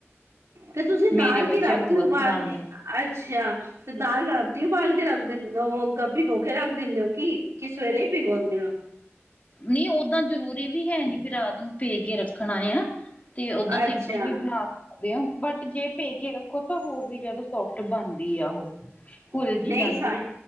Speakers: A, on the right; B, on the left.
A: ਤੇ ਤੁਸੀਂ ਦਾਲ
B: ਮੇਰੇ ਬੱਚਿਆਂ
A: ਕਿ ਰਾਤੀ
B: ਨੂੰ ਬਹੁਤ
A: ਉਬਾਲ
B: ਪਸੰਦ
A: ਦੇ
B: ਹੈ।
A: ਅੱਛਾ, ਤੇ ਦਾਲ ਰਾਤੀ ਉਬਾਲ ਕੇ ਰੱਖ ਦਿੰਦੇ ਉਹ ਭਿਕੋ ਕੇ ਰੱਖ ਦਿੰਨੇ ਔ ਕੀ ਕਿ ਸਵੇਰੇ ਹੀ ਭੀਗੌ ਦੇ ਔ
B: ਨਈ ਓਦਾਂ ਜ਼ਰੂਰੀ ਵੀ ਹੈ ਨੀ ਵੀ ਰਾਤ ਨੂੰ ਭੇ ਕੇ ਰੱਖਣਾ ਆ ਤੇ ਓਦਾ
A: ਅੱਛਾ
B: ਸਿੰਪਲ ਵੀ ਬਣਾ ਸਕਦੇ ਔ, ਬਟ ਜੇ ਭੇ ਕੇ ਰੱਖੋ ਤਾਂ ਹੋਰ ਵੀ ਜਿਆਦਾ ਸੋਫਟ ਬਣਦੀ ਆ ਉਹੌ ਘੁੱਲ
A: ਨਹੀਂ
B: ਜੀ ਜਾਂਦੀ
A: ਸਾ
B: ਐ